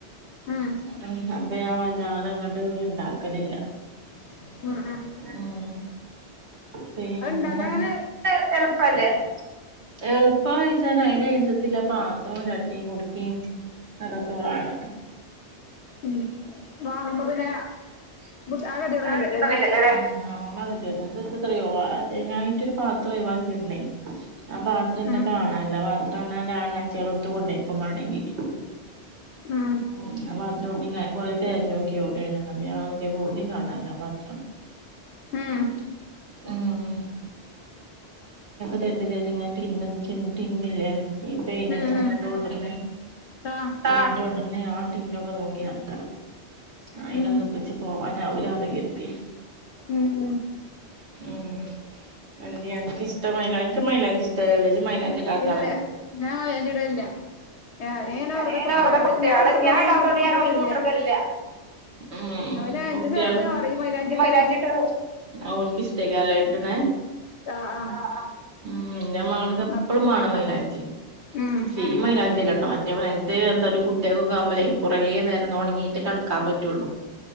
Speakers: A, on the left; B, on the right.
A: ആഹ്
B: ഇപ്പ ഞാൻ വല്ലാതെങ്ങട്ട് ഇണ്ടാക്കലില്ല.
A: <unintelligible> <inaudible>
B: ഉം പിന്നെ
A: അത് ഉണ്ടാക്കാൻ അങ്ങനെ
B: <unintelligible> എളുപ്പല്ലേ? എള്പ്പായിച്ചാൽ അയിനൻസര്ച്ച്ള്ള പാത്രും ചട്ടിം കുടുക്കേം അതൊക്കെ വേണം.
A: ഉം. വാങ്ങാമ്പ് പിന്നെ.
B: <inaudible>
A: ബുദ്ധി ആ ഗതികേടൊന്നുല്ലല്ലോ
B: അതെന്താന്നറിയോ
A: ല്ലേ
B: അഹ് അയിനായിറ്റൊരു പാത്രം ഒഴിവാക്കിടണേ. ആ പാത്രന്റെ
A: ആഹ്
B: കാണാനില്ല വട്ടൊള്ള വല്ല അണ്ണാച്ചിയോള് യെ ത്ത്കോണ്ടൊയ് ക്കു മാണെങ്കിഅ <unintelligible>
A: ഉം
B: ഓ ഞാനും കൊറേ തെര്ഞ്ഞോക്കി എഉടേണ്ന്ന് ഞാനോക്കിയപ്പോ എവിടിം കാണാല്ല്യ ആ പാത്രം.
A: ഉം
B: ഉം <unintelligible> രണ്ടുപേരെ ഞൻ ട്ടിന്നു ട്ടിൻ ട്ടിന്നില്ലേ.? ഈ പെയിന്റടിച്ചാനൊക്കെ
A: ഉം ഉം
B: കൊണ്ടെര്നെ ആ
A: ആഹ്
B: പെയിന്റൊ പിന്നെ ആ ടിന്നൊക്കെ നോക്കി നടക്കണം. അയിനൊന്നുംപ്പച്ച്
A: ഉം
B: പോവാനാവൂലാന്ന് കരുതി.
A: ഉം ഉം
B: ഉം. അഎന്ത്യെ അൻക് ഇഷ്ട്ട മൈലാ അൻക്ക് മൈലാഞ്ചി ഷ്ട്ടല്ല്യല്ലോ ഇജ് മൈലാഞ്ചി ഇടാത്താളല്ലെ?
A: ഇല്ല ഞാൻ അയിന്റെ ഇടലില്ല ഞാനിങ്ങനെ
B: ഏ
A: കുട്ടികള്
B: നെ വെറുതെ കുട്ടിയാള്
A: ഞാൻ
B: ഞാ ഇടാത്തോണ്ട്
A: ഓൽക്ക്
B: ഞാൻ
A: ഇട്ടൊടുക്കലില്ല
B: ഓൽക്കൂട്ടർക്കലില്ല. ഉം
A: അവന് എന്റെ
B: കുട്ടിയാള്.
A: ചെറുത് പറയും മൈലാഞ്ചി
B: ഇജ്
A: ഇട്ട്
B: മൈലാഞ്ചിട്ടൊ
A: ചോദിച്ചും
B: <unintelligible> ആ ഓൽക്കിസ്ട്ടേല്ലെ ഇട്ണെ?
A: ആഹ് ആഹ്
B: അ.. അ ഉം. ന്റെ മകൾക്ക് എപ്പളും
A: അപ്പം
B: മേണം മൈലാഞ്ചി,
A: ഉം
B: പഷേ ഈ മൈലാ മറ്റേ ഇത് എന്താ ഒരു കുട്ടിയാക്കൊക്കെ ആവുമ്പളെ കൊറേ നേരം ഒണങ്ങീട്ട് കെടക്കാൻ പറ്റുള്ളു.